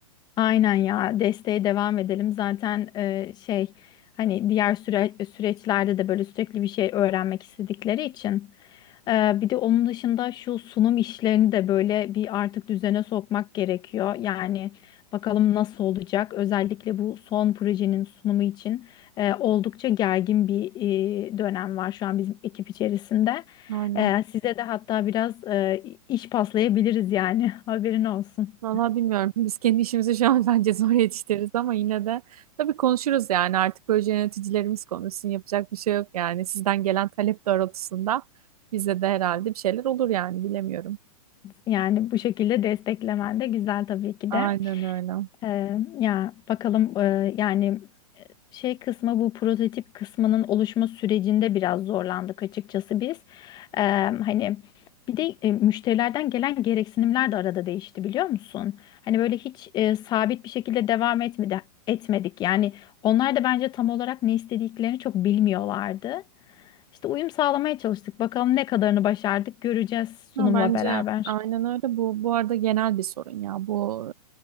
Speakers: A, on the left; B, on the right.
A: Aynen ya desteğe devam edelim. Zaten e, şey hani diğer süre, süreçlerde de böyle sürekli bir şey öğrenmek istedikleri için. E, bir de onun dışında şu sunum işlerini de böyle bir artık düzene sokmak gerekiyor. Yani bakalım nasıl olacak. Özellikle bu son projenin sunumu için e, oldukça gergin bir e, dönem var şu an bizim ekip içerisinde.
B: Aynen.
A: E, size de hatta biraz e, iş paslayabiliriz yani <laughs> haberin olsun.
B: Vallahi bilmiyorum. Biz kendi işimizi şu an <laughs> bence zor yetiştiririz ama yine de tabii konuşuruz yani. Artık böyle yöneticilerimiz konuşsun. Yapacak bir şey yok yani. Sizden gelen talep doğrultusunda bize de herhalde bir şeyler olur yani. Bilemiyorum.
A: Yani bu şekilde desteklemen de güzel tabii ki
B: Aynen
A: de.
B: öyle.
A: Ee, ya bakalım e, yani şey kısmı bu prototip kısmının oluşma sürecinde biraz zorlandık açıkçası biz. Ee, hani bir de e, müşterilerden gelen gereksinimler de arada değişti biliyor musun? Hani böyle hiç e, sabit bir şekilde devam etmedi etmedik. Yani onlar da bence tam olarak ne istediklerini çok bilmiyorlardı. İşte uyum sağlamaya çalıştık. Bakalım ne kadarını başardık göreceğiz sunumla
B: Ya bence
A: beraber.
B: aynen öyle. Bu bu arada genel bir sorun ya. Bu